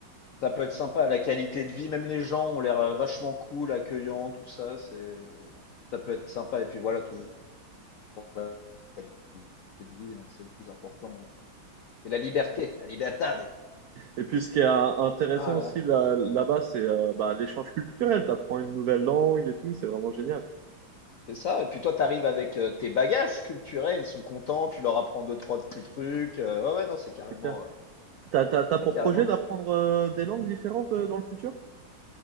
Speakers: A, on the left; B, on the right.
A: Ça peut être sympa, la qualité de vie, même les gens ont l'air euh, vachement cool, accueillants, tout ça, c'est... Ça peut être sympa. Et puis voilà, toujours la qualité de vie, hein, c'est le plus important. ouais. Et la liberté, la libertad.
B: Et puis, ce qui est euh, intéressant
A: Ah là
B: aussi
A: là.
B: là, là-bas, c'est, euh, bah, l'échange culturel. T'apprends une nouvelle langue et tout, c'est vraiment génial,
A: C'est ça. Et puis toi, tu arrives avec euh, tes bagages culturels, ils sont contents, tu leur apprends deux, trois petits trucs. euh, ouais, ouais, non, c'est carrément,
B: c'est clair.
A: euh,
B: T'as, t'as, t'as
A: c'est
B: pour
A: carrément.
B: projet d'apprendre, euh, des langues différentes, euh, dans le futur?